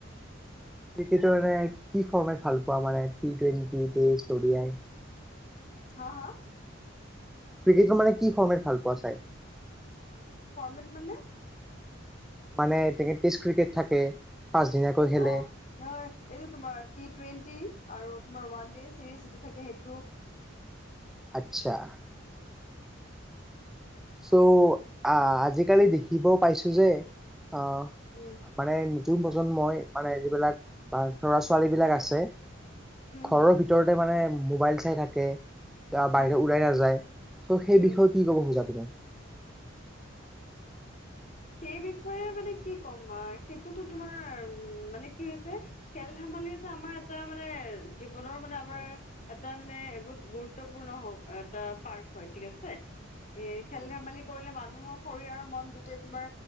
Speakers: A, in the centre; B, on the left.
A: ক্ৰিকেট কি ফৰ্মেট ভাল পোৱা মানে টি টোৱেনটি, ইচতুদি আই?
B: হা হা?
A: ক্ৰিকেটটো মানে কি ফৰ্মেট ভাল পোৱা চায়?
B: ফৰ্মেট মানে?
A: মানে তেখেত টিষ্ট ক্ৰিকেট থাকে। পাঁচদিনীয়াকৈ খেলে
B: অ' নহয়। এইটো তোমাৰ টি টুৱেন্টি আৰু তোমাৰ ওৱান ডে ছিৰিজ যিটো থাকে সেই টো
A: আচ্ছা। ছো, আ- আজিকালি দেখিব পাইছোঁ যে অ'
B: উম
A: মানে নতুন প্ৰজন্মই মানে যিবিলাক বা লৰা ছোৱালী বিলাক আছে।
B: হম
A: ঘৰৰ
B: হম
A: ভিতৰতে মানে মোবাইল চাই থাকে বাহিৰত
B: হম
A: ওলাই নাযায় ত' সেই
B: হম
A: বিষয়ে কি কব খোজা তুমি
B: সেই বিষয়ে মানে কি ক'ম সেইটোতো তোমাৰ উ মানে কি হৈছে খেল ধেমা- মালিৰ হৈছে আমাৰ এটা মানে জীৱনৰ মানে আমাৰ
A: উম
B: মানে বহুত গুৰুত্বপূৰ্ণ এটা পাৰ্ট হয় ঠিক আছে এ খেল
A: উম
B: ধেমালি কৰি মানুহৰ শৰীৰ আৰু মন দুটাই তোমাৰ